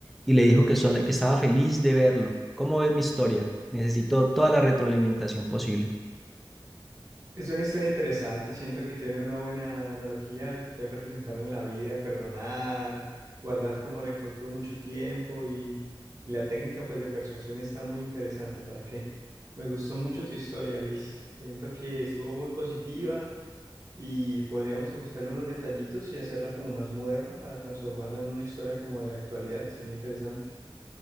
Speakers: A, in the centre; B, on the right (about 40°).
A: y le dijo que, sola- que estaba feliz de verlo. ¿Cómo ves mi historia? Necesito toda la retroalimentación posible.
B: Es una historia interesante, siento que tiene una buena analogía a lo que puede representar en la vida, perdonar, guardar como rencor por mucho tiempo y, y la técnica pues de persuasión está muy interesante, ¿para qué? Me gustó mucho tu historia, Luis. Siento que estuvo muy positiva y podríamos ajustarle unos detallitos y hacerla como más moderna para transformarla en una historia como de la actualidad, sería interesante.